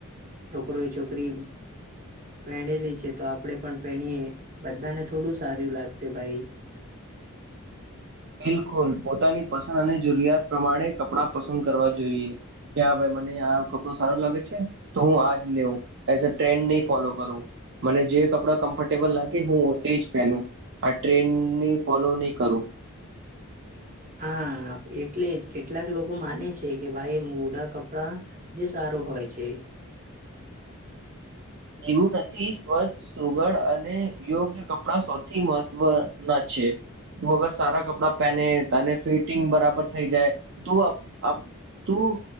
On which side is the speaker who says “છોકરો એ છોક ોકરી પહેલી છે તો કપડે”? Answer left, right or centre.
Right